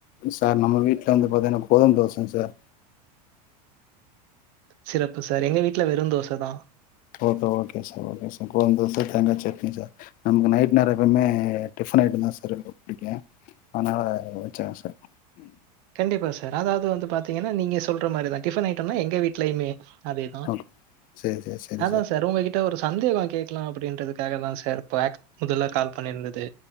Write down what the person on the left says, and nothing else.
சார் நம்ம வீட்ல வந்து பாத்தீங்கன்னா கோதும தோச சார்
okay okay sir okay sir கோதும தோசை தேங்கா சட்னி சார் நமக்கு நைட் நேரோ எப்பவுமே டிஃபன் ஐட்டம் த சார் ரொம்ப புடிக்கு அதனால வச்சே சார்
ஓகே சேரி சார் சே சேரி